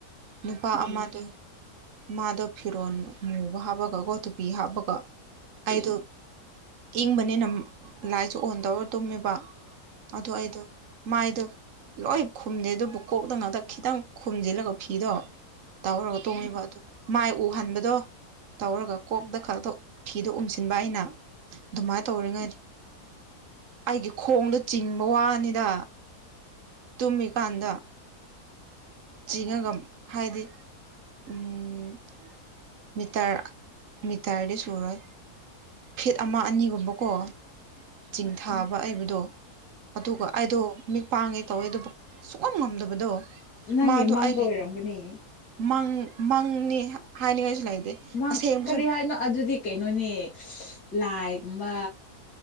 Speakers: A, on the right; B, on the left.
A: ꯅꯨꯄꯥ ꯑꯃꯗꯣ ꯃꯥꯗꯣ ꯐꯤꯔꯣꯟꯜ ꯃꯨꯒ ꯍꯥꯞꯄꯒ ꯈꯣꯠꯇ ꯄꯤ ꯍꯥꯞꯄꯒꯣ ꯑꯩꯗꯣ ꯏꯪꯕꯅꯤꯅ ꯂꯥꯏꯠꯁꯨ ꯑꯣꯟ ꯇꯧꯔ ꯇꯨꯝꯃꯦꯕ ꯑꯗꯨ ꯑꯩꯗꯣ ꯃꯥꯏꯗꯣ ꯂꯣꯏ ꯈꯨꯝꯗꯦ ꯑꯗꯨꯕꯨ ꯀꯣꯛꯇ ꯉꯗ ꯈꯤꯇꯪ ꯈꯣꯨꯝꯖꯤꯜꯂꯒ ꯐꯤꯗꯣ ꯇꯥꯎꯔꯒ ꯇꯣꯡꯉꯤꯕ ꯑꯗꯨ ꯃꯥꯏ ꯎꯍꯟꯕꯗꯣ ꯇꯧꯔꯒ ꯀꯣꯛꯇ ꯈꯛꯇ ꯐꯤꯗꯣ ꯎꯝꯁꯤꯟꯕ ꯑꯩꯅ ꯑꯗꯨꯃꯥꯏꯅ ꯇꯧꯔꯤꯉꯩ ꯑꯩꯒꯤ ꯈꯣꯡꯗꯣ ꯆꯤꯡꯕ ꯋꯥꯅꯤꯗ ꯇꯨꯝꯃꯤ ꯀꯥꯟꯗꯥ ꯆꯤꯡꯉꯒ ꯍꯥꯏꯗꯤ ꯎꯝ ꯃꯤꯇꯔ ꯃꯤꯇꯔꯗꯤ ꯁꯨꯔꯣꯏ ꯐꯤꯠ ꯑꯃ ꯑꯅꯤꯒꯨꯝꯕꯀꯣ ꯆꯤꯡ ꯊꯥꯕ ꯑꯩꯕꯗꯣ ꯑꯗꯨꯒ ꯑꯩꯗꯣ ꯃꯤꯠ ꯄꯥꯡꯉꯦ ꯇꯧꯋꯦ ꯑꯗꯨꯕꯨ ꯁꯨꯛꯉꯝ ꯉꯝꯗꯕꯗꯣ
B: ꯅꯪꯒꯤ
A: ꯃꯥꯗꯣ
B: ꯃꯪꯗ
A: ꯑꯩꯒꯤ
B: ꯑꯣꯏꯔꯝꯒꯅꯤ
A: ꯃꯪ ꯃꯪꯅꯤ ꯍꯥꯏꯅꯤꯡꯉꯥꯏꯁꯨ ꯂꯩꯇꯦ
B: ꯃꯪ
A: ꯑꯁꯦꯡꯕꯁꯨ
B: ꯀꯔꯤ ꯍꯥꯏꯅꯣ ꯑꯗꯨꯗꯤ ꯀꯩꯅꯣꯅꯦ ꯂꯥꯏꯒꯨꯝꯕ